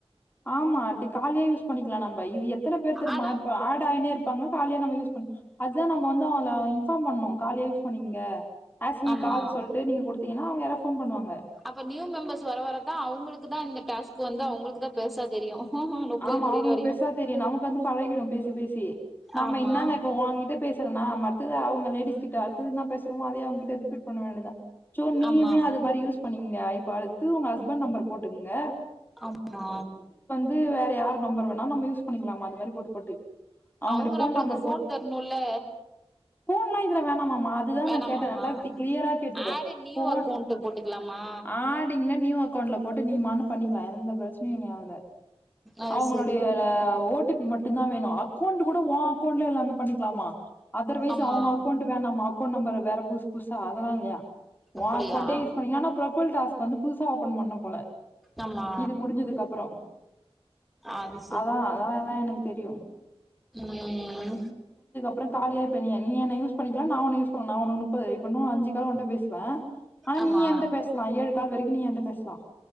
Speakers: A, on the left (about 20°); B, in the centre.
A: ஆமா டி காலியா யூஸ் பண்ணிக்கலா நாம் வ இது எத்தன பேரு தெரியுமா
B: ஆனா
A: இப்ப ஏடாய்ன்னே இருப்பாங்க காலியா நம்ம யூஸ் பண்ணு அதா நம்ம வந்து அதுல ஆய் இன்ஃபார்ம் பண்ணு காலியா யூஸ் பண்ணிக்கங்க அஸ் மீ
B: ஆமா
A: கால் சொல்டு நீங்க குடுத்தீங்கன்னா அவுங்க யாரா போன் பண்ணுவாங்க
B: அப்ப நியூ மெம்பர்ஸ் வர வரதா அவங்களுக்கு தா இந்த டாஸ்க் வந்து அவுங்களுக்குதா பெருசா தெரியு முப்பது
A: ஆமா
B: முடியிற
A: அவுங்களுக்கு
B: வரையு
A: பெருசா தெரியு நமக்கு வந்து பழகிடு பேசி பேசி நம்ம
B: ஆமா
A: இன்னாங்க இப்ப ஓங்கிட்ட பேசி க்கிறனா மத்தத அவுங்க லேடிஸ் கிட்ட அடுத்தது என்ன பேசறமோ அதயே அவங்கிட்ட ரிப்பீட் பண்ண வேண்டியதுதா சோ நீயுமே
B: ஆமா
A: அது மாரி யூஸ் பண்ணிக்கங்க இப்ப அடுத்து உங்க ஹஸ்பண்ட் நம்பர் போட்டுக்கங்க
B: ஆமா
A: து வேற யாரு நம்பர் வேணா நம்ம யூஸ் பண்ணிக்கலாமா அந்த மாரி போட்டு போட்டு அவங்களுடைய
B: அவுங்க
A: ஃபோன்
B: நம்மளுக்கு
A: நம்பர்
B: போன் தரணுல்ல
A: போன்ல்லா இதுல வேண் ஆமாமா அதுதா
B: வேணாமாமா
A: நா கேட்ட நல்லா தி கிளியரா கேட்டுக்கோ
B: add in new
A: phone
B: account போட்டுக்கலாமா
A: ஆடிங்ல நியூ அக்கௌண்ட்ல போட்டு நீ மனு பண்ணிக்கலா எந்த பிரச்சனையு இனி ஆகுல
B: அது
A: அவுங்களுடைய
B: சரி
A: ஓ டி பி மட்டு டுதா வேணு அக்கௌண்ட் கூட உன் அக்கௌண்ட்ல எல்லாமே பண்ணிக்கலாமா அதர்வைஸ்
B: ஆமா
A: அவுங்க அக்கௌண்ட் வேணாமா அக்கௌன்ட் நம்பர் வேற புதுசு புதுசா அதெல்லா இல்லையா உன்
B: அப்படியா
A: அக்கௌன்டே யூஸ் பண்ணிக்கலா ஆனா ப்ரோபைல் டாஸ்க் வந்து புது சா ஓப்பன் பண்ணும்போல
B: ஆமா
A: இது முடிஞ்சதுக்கு அப்புறோ
B: அது
A: அதா அதா அதா எனக் தெரியூ
B: உம்
A: அப்றொ காலியார்ப்ப நீ நீ என்னை யூ பண்ணிக்லா நா ஒன்ன யூ பண்ணு நா ஒன்ன முப்பது இப்ப இண்ணு அஞ்சு கால் ஒண்ட்ட பேசுவே ஆனா
B: ஆமா
A: நீ என்ட்ட பேசலா ஏழு கால் வரைக்கு நீ என்ட்ட பேசலா